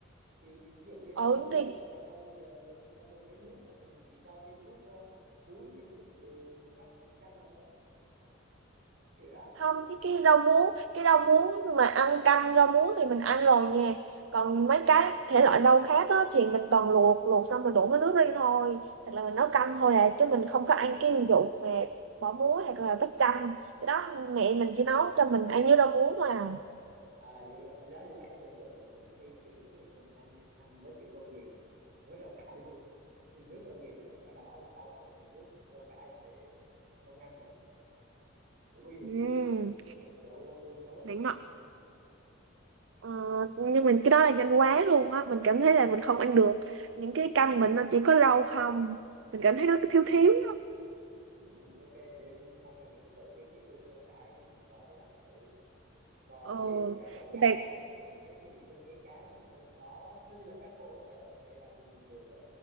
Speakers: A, on the right (about 45°); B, on the right (about 65°).
A: thì ví dụ như rau
B: ừ
A: muống luộc
B: thì
A: hay là rau dền luộc xong rồi lấy nước xong rồi mình chỉ cho thêm chút ờ, muối thêm chút đường rồi vắt chút chanh vào thôi kiểu đó
B: không cái cái rau muống cái rau muống mà ăn canh rau muống thì mình ăn rồi nha còn mấy cái thể loại rau khác á, thì mình toàn luộc luộc xong mình đổ cái nước đi thôi hoặc là mình nấu canh thôi à chứ mình không có ăn cái vụ mà bỏ muối hoặc là vắt canh cái đó
A: à,
B: mẹ mình chỉ nấu cho mình ăn với rau muống thôi à
A: à hiểu rồi thì đó thì bà cứ tưởng tượng là cũng y kiểu đúng vậy nhưng mà mình ăn <laughs> ăn với kiểu rau diền với rau cải luôn thì nước rau diền nó sẽ đỏ đỏ trong trong vậy còn nước rau cải nó sẽ ngâm ngâm vậy đó cũng y một
B: Ừm,
A: kiểu luôn á giờ kiểu nấu vậy
B: đỉnh
A: cho nó nhanh
B: nọ
A: nữa
B: Ờ, nhưng mình cái đó là nhanh quá luôn á mình cảm thấy là mình không ăn được những cái canh mình nó chỉ có rau không mình cảm thấy nó thiếu thiếu á.
A: <laughs> ok để hôm nào mình sẽ thử cái kiểu rau cải với thịt bò của bạn thử còn
B: ờ
A: ví dụ mà các loại cá
B: thì bạn
A: thì sao tại vì mình thấy cái việc sơ chế cá nó cũng hơi khó tất nhiên là các cô ở chợ có thể làm giùm mình được á